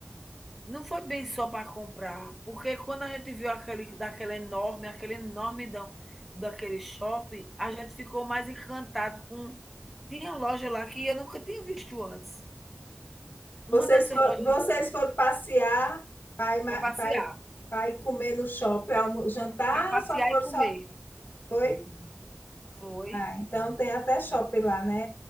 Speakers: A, in the centre; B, on the left.
A: Não foi bem só para comprar, porque quando a gente viu aquele daquela enorme aquele enormidão daquele shopping, a gente ficou mais encantado com tinha loja lá que eu nunca tinha visto antes.
B: Vocês,
A: Uma dessas
B: for,
A: lojas
B: vocês foram passear, pai, ma-
A: para passear,
B: pai, pai comer no shopping, almo- jantar,
A: para passear
B: só foram
A: e comer.
B: só. Foi?
A: Foi,
B: Ah, então tem até shopping lá, né?